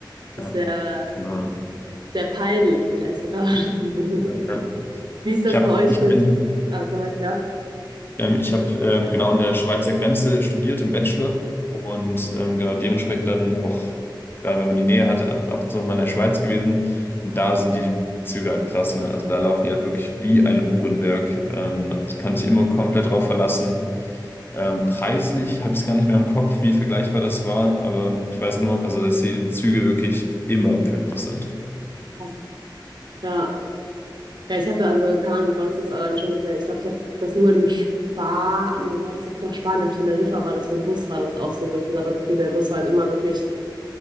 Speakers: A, on the right; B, on the left.
A: das
B: Ja,
A: ist sehr,
B: genau.
A: sehr peinlich vielleicht sogar. <laughs> Wie
B: Ja, ja.
A: ist das
B: Ich habe
A: bei euch
B: ich
A: mit
B: hab in,
A: Alkohol? Ja,
B: Ähm, ich habe ähm, genau an der Schweizer Grenze studiert im Bachelor und ähm, genau dementsprechend dann auch, gerade weil man die Nähe hatte, einfach ab und zu mal in der Schweiz gewesen. Und da sind die Züge halt krass, ne? Also da laufen die halt wirklich wie ein Uhrenwerk. Ähm, das kann sich immer komplett drauf verlassen. Ähm, preislich habe ich es gar nicht mehr im Kopf, wie vergleichbar das war, aber ich weiß nur noch, also dass die Züge wirklich immer pünktlich sind.
A: passt. Ja, ja, ich habe da also, keine Ahnung, ich bei uns das allein schon mit der, ich glaube, ich habe das nur in Spa, nee, wo war das doch, doch Spanien, auf Teneriffa war das, für den Bus war das auch so, wo ich gesagt habe, okay, der Bus war halt immer wirklich,